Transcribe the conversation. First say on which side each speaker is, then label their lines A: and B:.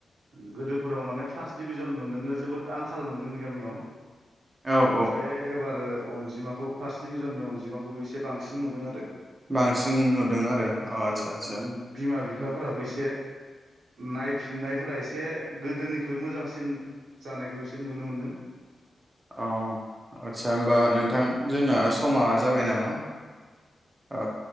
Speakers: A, on the right; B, on the right.
A: गोदोफोराव माने फार्स्ट डिभिजन मोननोनो जोबोद आंखालमोन जोंनि गामियाव।
B: औ
A: ओमफ्राय
B: औ।
A: एबार अनजिमाखौ फार्स्ट डभिजननि अनजिमाखौबो एसे बांसिन नुदों आरो
B: बांसिन नुदों आरो अ
A: औ
B: आदसा आदसा
A: मोनो बिमा बि- फाफोराबो एसे नायफिननायफोरा एसे गोदोनिख्रुइ मोजांसिन जानायखौ एसे नुनो मोनदों।
B: औ। आदसा होमबा नोंथां जोंना समा जाबाय नामा? अ